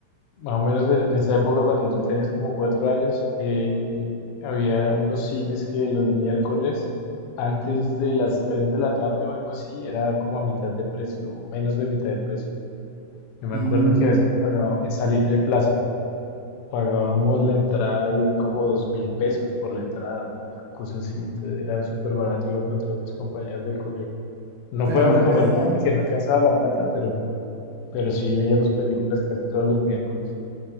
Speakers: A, on the left; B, on the right.
A: Más o menos en esa época, cuando tú tenías como cuatro años, eh, había unos cines que los miércoles, antes de las 3 de la tarde o algo así, era como a mitad de precio, o menos de mitad de precio. Yo me
B: Mm,
A: acuerdo que a veces pagaba en Salitre Plaza, pagábamos la entrada y eran como dos mil pesos por la entrada, una cosa así. Entonces, era súper barato, iba con todos mis compañeros del colegio. No
B: claro,
A: podíamos
B: pero
A: comer
B: es que...
A: nada porque no alcanzaba la plata, pero, pero sí veíamos películas casi todos los miércoles.